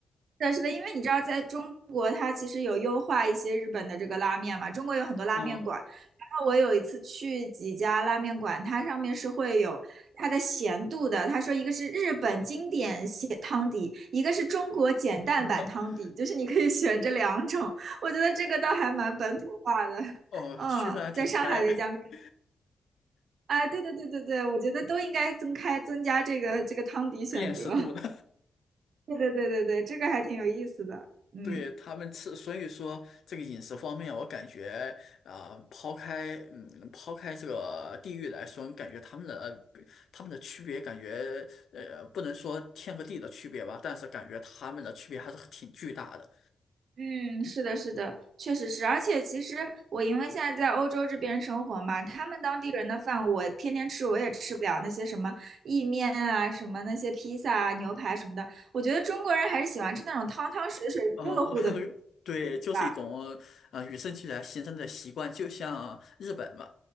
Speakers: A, on the right (about 65°); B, on the left (about 70°).
A: 为是的，因为你知道，在中国它其实有优化一些日本的这个拉面嘛，中国有很多拉面馆。
B: 嗯，
A: 然后我有一次去几家拉面馆，它上面是会有它的咸度的。他说一个是日本经典咸汤底，一个是中国简淡版汤底，
B: <laughs>
A: 就是你可以选这两种。我觉得这个倒还蛮本土化的。
B: 哦，
A: 嗯，
B: 区分还挺开，
A: 在上海的一家面，
B: <laughs>
A: 啊，对对对对对，我觉得都应该增开增加这个这个汤底选择。
B: 辨识度的。
A: 对对对对对，这个还挺有意思的。嗯。
B: 对他们吃，所以说这个饮食方面，我感觉啊、抛开嗯，抛开这个地域来说，感觉他们的呃他们的区别，感觉呃不能说天和地的区别吧，但是感觉他们的区别还是挺巨大的。
A: 嗯，是的，是的，确实是。而且其实我因为现在在欧洲这边生活嘛，他们当地人的饭我天天吃，我也吃不了那些什么意面啊、什么那些披萨啊、牛排什么的。我觉得中国人还是喜欢吃那种汤汤水水、
B: 哦，
A: 热乎的东
B: <laughs> 对，
A: 西对吧。
B: 就是一种啊、呃与生俱来形成的习惯，就像日本嘛，